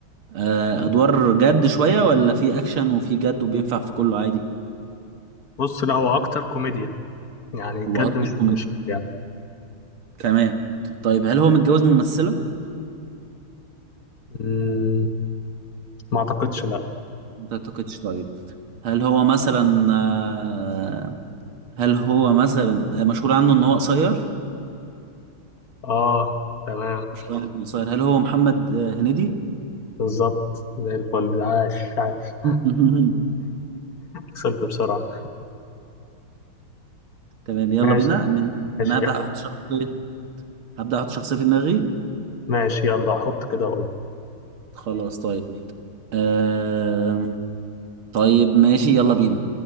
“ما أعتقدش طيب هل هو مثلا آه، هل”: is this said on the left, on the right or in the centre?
Right